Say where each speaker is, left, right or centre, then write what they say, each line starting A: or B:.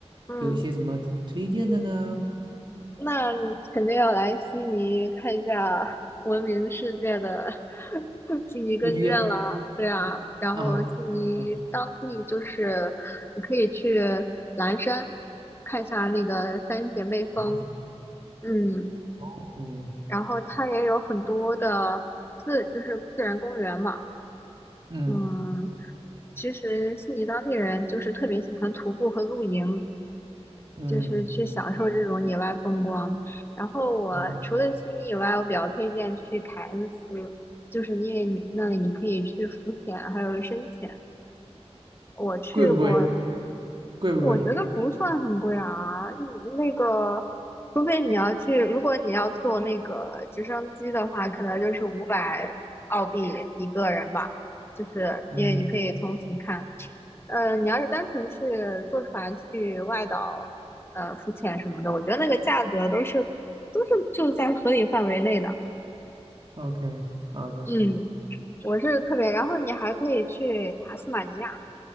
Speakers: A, on the left; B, on the right.
A: 嗯，
B: 有一些什么推荐的呢？
A: 那你肯定要来悉尼看一下 <laughs> 闻名世界的 <laughs> 悉尼歌剧院了。
B: 会去约
A: 对啊，然后悉尼当地就是你可以去
B: 啊，啊，
A: 蓝山看一下那个三姐妹峰，
B: 南法
A: 嗯，
B: 哦，
A: 然后它也有很多的自就是自然公园嘛，
B: 嗯
A: 嗯，其实悉尼当地人就是特别喜欢徒步和露营，
B: 嗯，
A: 就是去享受这种野外风光。然后我除了悉尼以外，
B: 哦，
A: 我比较推荐去凯恩斯，就是因为你那里你可以去浮潜，还有深潜。我去过，
B: 贵不贵？贵不贵？
A: 我觉得不算很贵啊。嗯那个，除非你要去，如果你要坐那个直升机的话，可能就是五百澳币一个人吧，就是因为你可以从俯看。
B: 嗯
A: 呃，你要是单纯去坐船去外岛，呃，浮潜什么的，我觉得那个价格都是都是就在合理范围内的。
B: ，OK，好的。
A: 嗯，我是特别，然后你还可以去塔斯马尼亚，